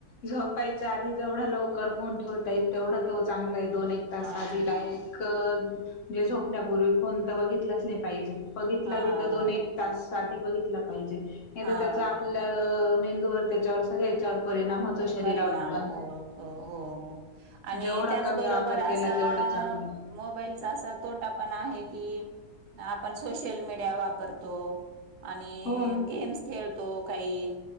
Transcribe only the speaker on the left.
झोपायच आधी. जेवढ्या लवकर फोन ठेवत येईल तेवढा तो चांगला आहे, दोन-एक-तास
आधी डायरेक म्हणजे झोपण्यापूर्वी फोन तर बघितलाच नाही पाहिजे. बघितला
बी तर दोन-एक-तास. आधी बघितला पाहिजे. त्याच.
आपलं मेंन. मेंदूवर त्याच्यावर सगळ्या याच्यावर परिणाम होतो. शरीरावर
पण
जेवढा
कमी वापर
केला तेवढा चांगला
हो हो